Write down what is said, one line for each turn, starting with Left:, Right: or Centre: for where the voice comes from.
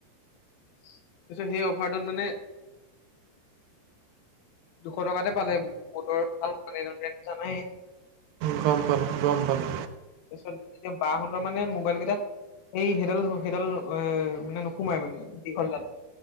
Left: তাৰপিছত সেই অফাৰটোত মানে। দুশ টকাতে পালে বুটৰ ভাল মানে এইডাল ব্ৰেণ্ডটো জানাই।
Right: গম পালো গম পালো।
Left: তাৰপিছত এতিয়া বাহঁতৰ মানে মোবাইল কেইটাত এই সেইডাল সেইডাল এ মানে নোসোমাই মানে দীঘলডাল।